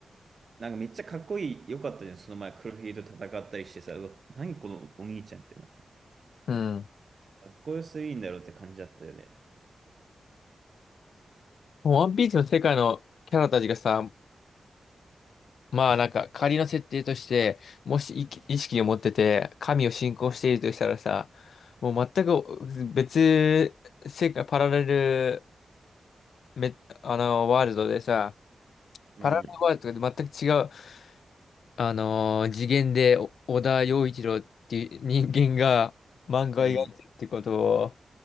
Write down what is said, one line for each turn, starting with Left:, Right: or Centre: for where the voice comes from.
Right: なんかめっちゃかっこいい、よかったじゃん、その前黒ひげと戦ったりしてさ、うわ、何このお兄ちゃんってな。
Left: うん。
Right: かっこよすぎんだろうって感じだったよね。
Left: もうワンピースの世界のキャラたちがさ、まあなんか仮の設定として、もし意意識を持ってて、神を信仰しているとしたらさ、もう全く別世界、パラレルめ、あの、ワールドでさ、
Right: うん、
Left: パラレルワールドとで全く違う、あのー次元でお小田洋一郎っていう人間が漫画を描いてるってことを、
Right: うん、